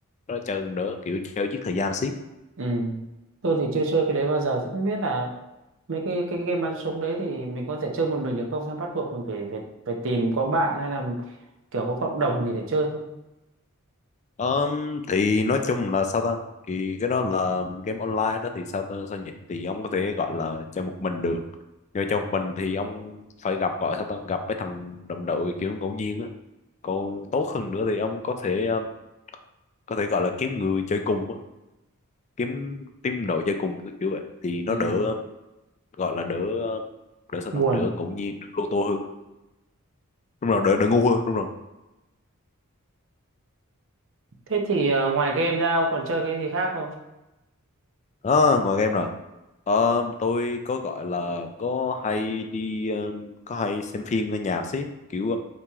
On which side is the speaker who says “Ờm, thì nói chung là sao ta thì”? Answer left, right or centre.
Left